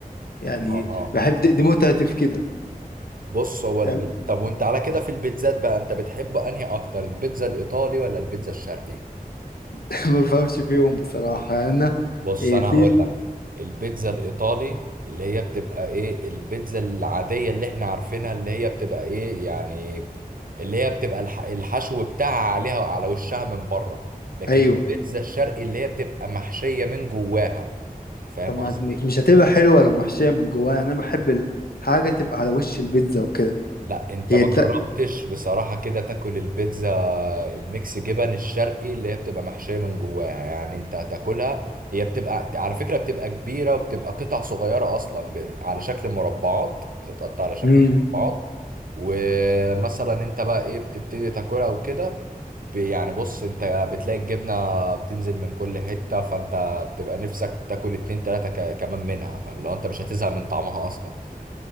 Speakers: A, on the left (about 80°); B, on the right (about 65°).
A: يعني
B: اه
A: بحب دي, دي متعتي في كده
B: بص هو البيت
A: تمام؟
B: طب وانت على كده في البيتزات بقى انت بتحب انهي اكتر البيتزا الايطالي ولا البيتزا الشرقي
A: <laughs> ما بفهمش فيهم بصراحة يعني أنا
B: بص
A: إيه
B: انا
A: في
B: هقول لك البيتزا الايطالي اللي هي بتبقى ايه البيتزا العادية اللي احنا عارفينها اللي هي بتبقى ايه يعني اللي هي بتبقى الح... الحشو بتاعها عليها على وشها من بره لكن
A: أيوه
B: البيتزا الشرقي اللي هي بتبقى محشية من جواها فاهم
A: طب ما
B: قصدي
A: مش هتبقى حلوة لو محشية من جواها يعني أنا بحب الحاجة تبقى على وش البيتزا وكده
B: لا انت
A: هي
B: ما
A: ت...
B: جربتش بصراحة كده تاكل البيتزا الميكس جبن الشرقي اللي هي بتبقى محشية من جواها يعني انت هتاكلها هي بتبقى على فكرة بتبقى كبيرة وبتبقى قطع صغيرة اصلا ب... على شكل مربعات بتتقطع على شكل
A: مم.
B: مربعات ومثلا انت بقى ايه بتبتدي تاكلها وكده ب... يعني بص انت بتلاقي الجبنة بتنزل من كل حتة فانت بتبقى نفسك تاكل اتنين تلاتة ك... كمان منها فلو انت مش هتزهق من طعمها اصلا